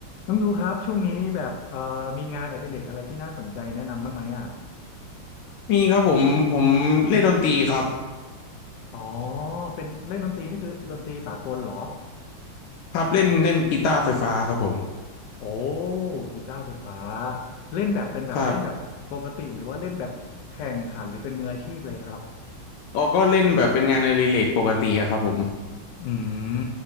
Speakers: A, on the left; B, on the left.
A: น้องดูครับช่วงนี้แบบเอ่อมีงานอดิเรกอะไรที่น่าสนใจแนะนำบ้างไหมอ่ะ
B: มีครับผมผมเล่นดนตรีครับ
A: อ๋อเป็นเล่นดนตรีนี่คือดนตรีสากลเหรอ
B: ครับเล่นเล่นกีตาร์ไฟฟ้าครับผม
A: โอ้กีตาร์ไฟฟ้าเล่นแบบเป็นแบบเล่นแบบปกติหรือว่าเล่นแบบแข่งขันหรือเป็นมืออาชีพเลยครับ
B: ครับเราก็เล่นแบบเป็นงานอดิเรกปกติอะครับผม
A: อืม